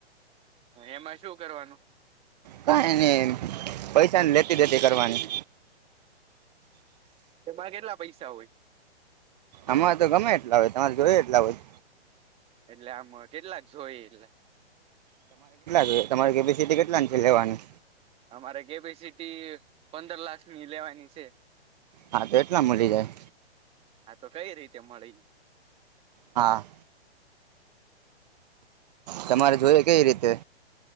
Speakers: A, on the right; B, on the right.
A: એમાં શું કરવાનું?
B: કઈ ન પૈસા લેતી દેતી કરવાની.
A: એમાં કેટલા પૈસા હોય?
B: અમાં તો ગમે એટલા હોય તમારે જોયું એટલા હોય.
A: એટલે આમ કેટલા જોય એટલે?
B: જોઈએ તમારી થી કેટલા છે લેવાની
A: અમારે કેપેસિટી પંદર લાખ ની લેવાની છે.
B: હા તો એટલા મળી જાય.
A: હા તો કઈ રીતે મળી <unintelligible>
B: હા. તમારે જોય કઈ રીતે?